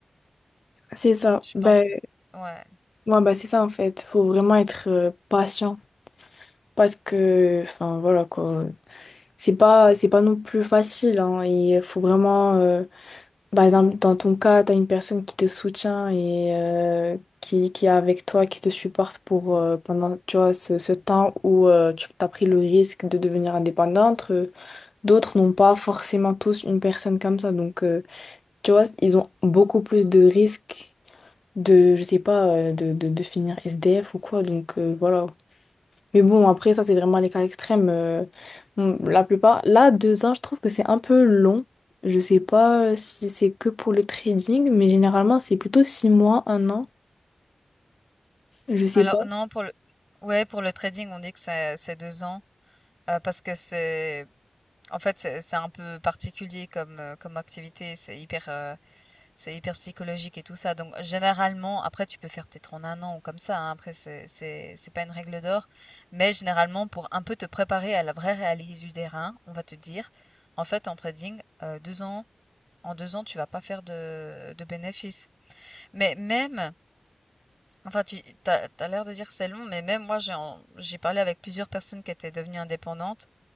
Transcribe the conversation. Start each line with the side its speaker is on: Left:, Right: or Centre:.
Left: C'est ça.
Centre: Je
Left: Ben,
Centre: pense. Ouais.
Left: Ouais, bah c'est ça en fait. Faut vraiment être euh, patient parce que, enfin voilà quoi. C'est pas, c'est pas non plus facile, hein. Il faut vraiment, euh, par exemple, dans ton cas, t'as une personne qui te soutient et euh, qui, qui est avec toi, qui te supporte pour euh, pendant, tu vois, ce, ce temps où euh, tu as pris le risque de devenir indépendante. Euh, D'autres n'ont pas forcément tous une personne comme ça, donc euh, tu vois, ils ont beaucoup plus de risques de, je sais pas, euh, de, de, de finir SDF ou quoi. Donc euh, voilà. Mais bon, après, ça, c'est vraiment les cas extrêmes. euh, bon, la plupart. Là, deux ans, je trouve que c'est un peu long. Je sais pas euh, si c'est que pour le trading, mais généralement, c'est plutôt six mois, un an. Je sais
Centre: Alors
Left: pas.
Centre: non, pour le ouais, pour le trading, on dit que c'est c'est 2 ans, heu, parce que c'est en fait, c'est c'est un peu particulier comme, heu, comme activité. C'est hyper, heu C'est hyper psychologique et tout ça. Donc, généralement, après, tu peux faire peut-être en un an ou comme ça. hein, Après, c'est, c'est, c'est pas une règle d'or. Mais généralement, pour un peu te préparer à la vraie réalité du terrain, on va te dire, en fait, en trading, euh, deux ans, en deux ans, tu vas pas faire de, de bénéfices. Mais même, enfin, tu, t'as, t'as l'air de dire que c'est long, mais même moi, j'ai, en- j'ai parlé avec plusieurs personnes qui étaient devenues indépendantes.